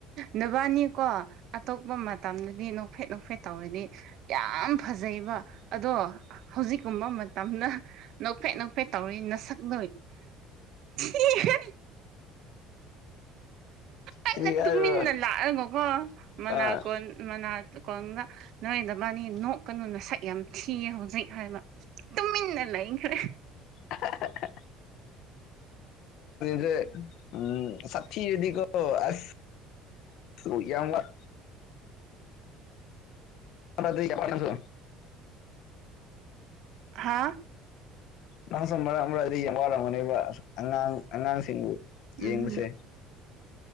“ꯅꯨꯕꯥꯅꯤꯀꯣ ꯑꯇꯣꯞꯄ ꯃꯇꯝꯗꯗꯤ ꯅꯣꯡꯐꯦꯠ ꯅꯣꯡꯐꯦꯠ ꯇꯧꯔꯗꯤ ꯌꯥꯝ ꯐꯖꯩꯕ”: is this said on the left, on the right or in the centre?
Right